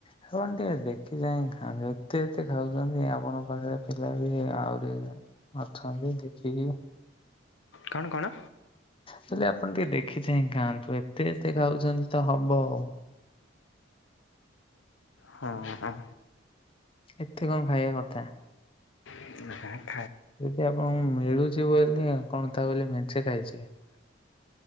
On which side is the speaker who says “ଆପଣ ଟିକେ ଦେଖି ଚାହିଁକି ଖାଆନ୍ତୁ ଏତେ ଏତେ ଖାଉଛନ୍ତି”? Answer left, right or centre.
Left